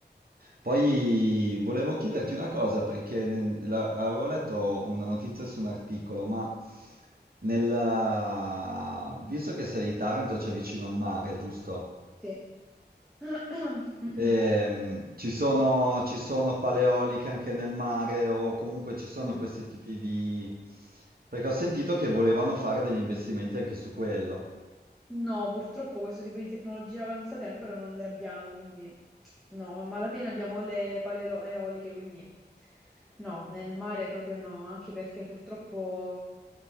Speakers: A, on the right (about 60°); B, in the centre.
A: Poi volevo chiederti una cosa, perché ne- la- avevo letto una notizia su un articolo, ma nel, visto che sei di Taranto, c'è vicino al mare, giusto?
B: Sì. <clears throat> Mhm.
A: Ehm, ci sono, ci sono paleoliche anche nel mare o comunque ci sono
B: Mm.
A: questi tipi di... Perché ho sentito che volevano fare degli investimenti anche su quello.
B: No, purtroppo questo tipo di tecnologie avanzate ancora non le abbiamo, quindi no, a malapena abbiamo le pale elo- eoliche, quindi no, nel mare proprio no, anche perché purtroppo